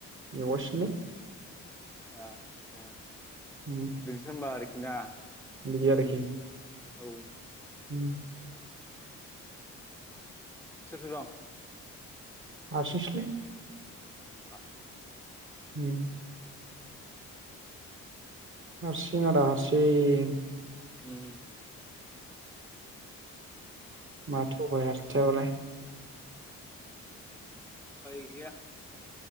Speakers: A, on the right; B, in the centre.
A: एवगासिनोलै
B: आ थसा
A: उम
B: बिरसोम्बार दा
A: बिदि आरोखि
B: औ
A: उम
B: सोर सोर दं?
A: हारसिं सो लै।
B: आ
A: उम हारसिं आदा हारसिं।
B: उम
A: मा थ'बायास थाया बालाय
B: फाय गैया।